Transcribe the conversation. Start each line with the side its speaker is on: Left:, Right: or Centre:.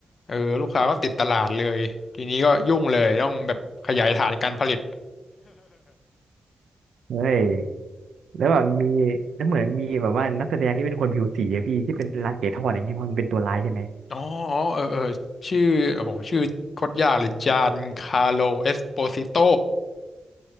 Left: เออลูกค้าก็ติดตลาดเลยทีนี้ก็ยุ่งเลยต้องแบบขยายฐานการผลิต
Right: เฮ้ย แล้วแบบมีแล้วเหมือนมีแบบว่านักแสดงที่เป็นคนผิวสีอะพี่ที่เป็นรัดเก๋ทอดอย่างเงี้ยเพราะมันเป็นตัวร้ายใช่ไหม
Left: อ๋ออ๋อเออเออชื่อโอ้โหชื่อโคตรยากเลยจานคาร์โลเอสโปซิโต